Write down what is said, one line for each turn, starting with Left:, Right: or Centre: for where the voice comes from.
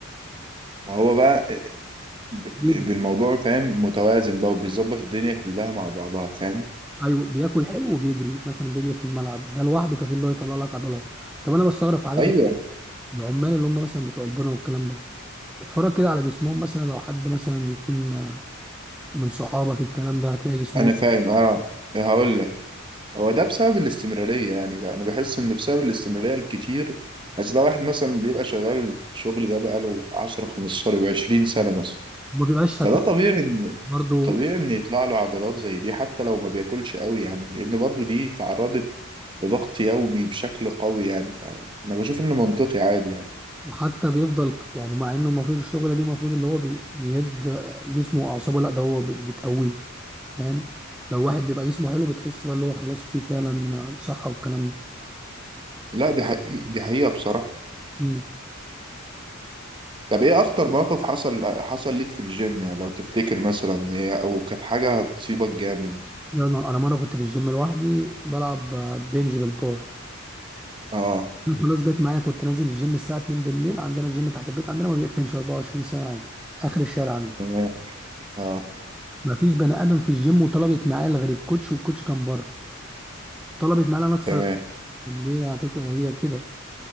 Right: ما هو بقى ب- ب-
Centre: بيجري
Right: بالموضوع فاهم متوازن بقى وبيظبط الدنيا كلها مع بعضها فاهم
Centre: ايوه بياكل حلو وبيجري مثلا بيجري في الملعب ده لوحده كفيل اللي هو يطلع لك عضلات طب انا بستغرب في حاجات
Right: ايوه
Centre: غريبة. العمال اللي هم مثلا بتوع البنا والكلام ده اتفرج كده على جسمهم مثلا لو حد مثلا يكون آه، من صحابك الكلام ده هتلاقي جسمهم
Right: انا فاهم اه هقول لك هو ده بسبب الاستمرارية يعني بقى أنا بحس إن بسبب الاستمرارية الكتير بس ده واحد مثلا بيبقى شغال الشغل ده بقاله 10 15 20 سنة مثلا
Centre: ما بيبقاش
Right: فده
Centre: هتلاقي
Right: طبيعي إن
Centre: برضه
Right: طبيعي إن يطلع له عضلات زي دي حتى لو ما بياكلش قوي يعني لأن برضه دي تعرضت لضغط يومي بشكل قوي يعني فأنا بشوف إنه منطقي عادي يعني
Centre: وحتى بيفضل يعني مع انه المفروض الشغله دي المفروض اللي هو بي- بيهد آه، جسمه واعصابه لا ده هو بي- بتقويه فاهم لو واحد بيبقى جسمه حلو بتحس بقى اللي هو خلاص فيه فعلا آه، صحه والكلام
Right: لا دي حقيقة دي حقيقة بصراحة
Centre: ده
Right: طب إيه أخطر موقف حصل حصل ليك في الجيم يعني لو تفتكر مثلا إيه أو كانت حاجة هتصيبك جامد
Centre: لا انا أنا مره كنت في الجيم لوحدي بلعب آه، بنج بالبار
Right: أه
Centre: انا خلاص جت معايا كنت نازل الجيم الساعه 2 بالليل عندنا الجيم تحت البيت عندنا ما بيقفلش 24 ساعه عادي اخر الشارع عندنا
Right: تمام أه
Centre: ما فيش بني ادم في الجيم وطلبت معايا إلا غير الكوتش والكوتش كان بره طلبت معايا انا اكسر
Right: تمام
Centre: طب ليه هتك... هي كده